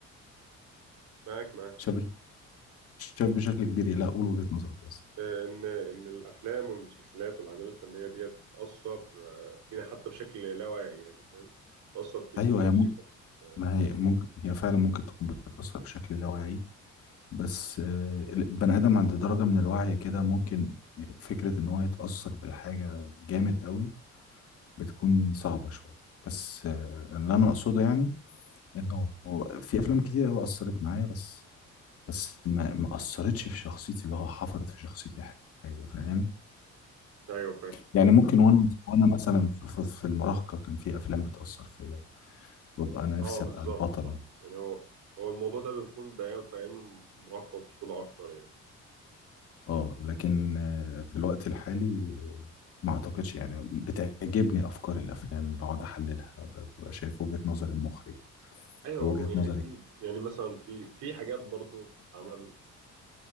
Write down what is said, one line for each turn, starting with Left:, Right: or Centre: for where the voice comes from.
Right: معاك معاك
Left: شاب شاب بشكل كبير لا أقول وجهة نظرك أصلا
Right: آه، ان ان الافلام والمسلسلات والاعمال الفنية ديت بتأثر آه، فينا حتى بشكل لا واعي يعني فاهم بتأثر فيك
Left: أيوه
Right: وفي شخصيتك
Left: هي ممكن
Right: آه،
Left: ما هي ممكن هي فعلا ممكن تكون بتأثر بشكل لا واعي بس آه، البني آدم عند درجة من الوعي كده ممكن فكرة إن هو يتأثر بالحاجة جامد أوي بتكون صعبة شوية بس آه، اللي أنا أقصده يعني انه في افلام كتير قوي اثرت معايا بس بس ما ما اثرتش في شخصيتي اللي هو حفرت في شخصيتي حاجه فاهم
Right: ايوه فاهم
Left: يعني ممكن وانا وانا مثلا في, في في المراهقه كان في افلام بتاثر فيا وابقى انا نفسي
Right: اه بالظبط
Left: ابقى البطل
Right: صح يعني هو هو الموضوع ده بيكون بيان في ايام المراهقة والطفولة اكتر يعني
Left: اه لكن آه، في الوقت الحالي آه، ما اعتقدش يعني بتعجبني افكار الافلام بقعد احللها ب- ببقى شايف وجهه نظر المخرج
Right: ايوه
Left: ووجهه
Right: يعني
Left: نظري
Right: في يعني مثلا في في حاجات برضو بتتعمل